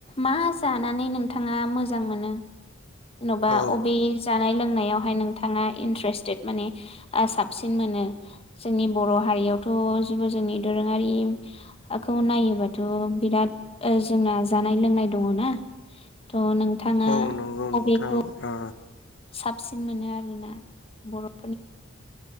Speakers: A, on the left; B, on the left.
A: मा जानानै नों थाङा मोजां मोनो जेन'बा
B: औ
A: बबे जानाय लोंनायावहाय नोंथाङा इन्ट्रेस्टेद माने ओ साबसिन मोनो जोंनि बर' हारियावथ' जेबो जोंनि दोरोङारिखौ नायोबाथ' बिराद ओ जोंना जानाय लोंनाय दङ ना थ' नोंथाङा
B: औ नंगौ
A: बबेखौ
B: नोंथां ओ
A: साबसिन मोनो आरोना बर'